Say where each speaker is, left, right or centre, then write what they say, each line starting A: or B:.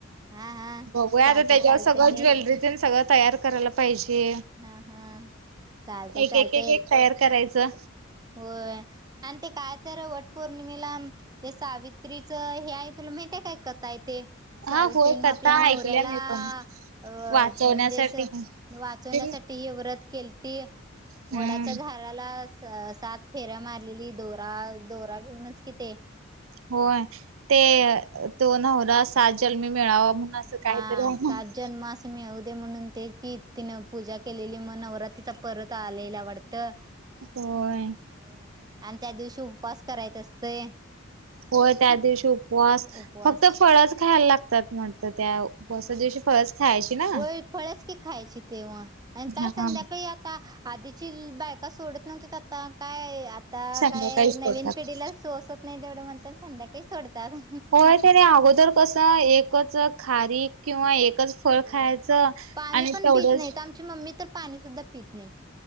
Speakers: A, on the right (about 20°); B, on the right (about 80°).
A: हा हा
B: बघूया
A: चालते
B: आता त्याच्यावर
A: चालते
B: सगळं
A: नेस
B: ज्वेलरीतेन सगळं तयार करायला पाहिजे.
A: हा हा चालते
B: एक
A: चालते
B: एक एक एक तयार करायचं.
A: होय आणि ते काय तर वट पौर्णिमेला ते सावित्रीच हे आहे तुला माहितीय काय कथा हाय ते सावित्रीने
B: हा होय कथा
A: आपल्या नवऱ्याला
B: ऐकल्या मी पण
A: अ म्हणजे
B: वाचवण्यासाठी
A: असं वाचवण्यासाठी
B: ते
A: व्रत केलती
B: हम्म
A: वडाच्या झाडाला सं सात फेऱ्या मारलेली दोरा दोरा घेऊनच कि ते
B: होय
A: होय.
B: ते तो नवरा सात जन्मी मिळावा म्हणून असं काहीतरी
A: हा
B: आहे
A: सात
B: ना
A: जन्म असा मिळुदे म्हणून ते की तिनं पूजा केलेली मग नवरात्रीचा परत आलेला वाटत ट
B: होय
A: होय आणि त्या दिवशी करायचा असतोय
B: होय त्या दिवशी उपवास
A: उपवास
B: फक्त फळच खायला लागत म्हणत त्या उपवासादिवशी फक्त फळच खायची ना
A: होय फळच की खायची तेव्हा आणि काय
B: हा
A: संध्याकाळी आता आधीची बायका सोडत नव्हती आता काय आता
B: संध्याकाळी
A: काय
B: सोडतात
A: नवीन पिढीला सोसत नाही तेवढं म्हणताना संध्याकाळी सोडतात
B: होय त्याने अगोदर कसं एकच खारीक किंवा एकच फळ
A: होय
B: खायचं
A: पाणी
B: आणि
A: पण
B: तेवढंच
A: पित नाहीत आमची मम्मी तर पाणी सुद्धा पित नाही